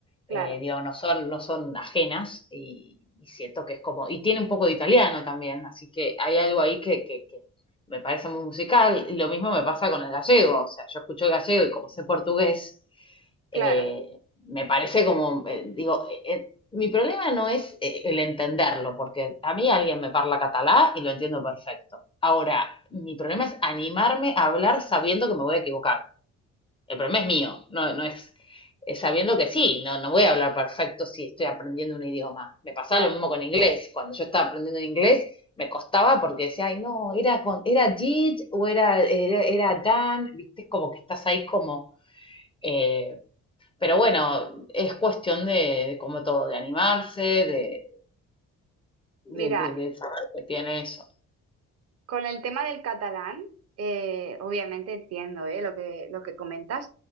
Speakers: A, on the right (about 55°); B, on the left (about 20°).
A: Claro,
B: eh, digo, no son, no son ajenas y, y, siento que es como, y tiene un poco de italiano también, así que hay algo ahí que, que, que me parece muy musical, y lo mismo me pasa con el gallego, o sea, yo escucho el gallego y como sé portugués, eh,
A: claro,
B: me parece como, eh, digo, eh, eh, mi problema no es eh, el entenderlo, porque a mí alguien me parla catalá y lo entiendo perfecto. Ahora, mi problema es animarme a hablar sabiendo que me voy a equivocar. El problema es mío, no, no es, eh, sabiendo que sí, no, no voy a hablar perfecto si estoy aprendiendo un idioma. Me pasaba
A: claro.
B: lo mismo con inglés. Cuando yo estaba aprendiendo inglés, me costaba porque decía, ay, no, era, con, era did o era, era, era done, viste, como que estás ahí como... eh, pero bueno, es cuestión de, de como todo, de animarse, de,
A: Mira,
B: de, de- de saber que tiene eso.
A: Con el tema del catalán, eh, obviamente entiendo, eh, lo que, lo que comentas,